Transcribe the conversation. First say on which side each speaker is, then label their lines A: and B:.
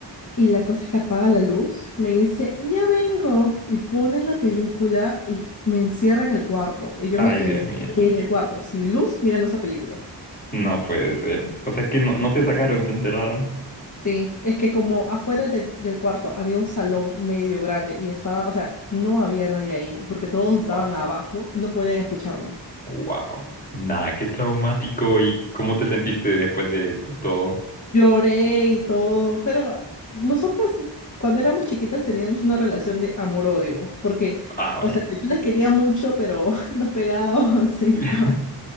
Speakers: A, on the left; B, on the left.
A: Y la cosa es que apaga la luz, me dice, ya vengo. Y ponen la película y me encierra en el cuarto. Y yo
B: Ay,
A: me quedé
B: Dios mío.
A: en el cuarto, sin luz, mirando esa película.
B: No puede ser. O sea que no, no te sacaron, te encerraron.
A: Sí, es que como afuera del, del cuarto había un salón medio grande y estaba, o sea, no había nadie ahí porque todos
B: Wow,
A: estaban abajo, no podían escucharme.
B: wow. Nah, qué traumático. ¿Y cómo te sentiste después de, de todo?
A: Lloré y todo, pero nosotras cuando éramos chiquitas teníamos una relación de amor-odio, porque,
B: Ah, vaya.
A: o sea, yo la quería mucho, pero <laughs> nos pegábamos y
B: <laughs>
A: todo.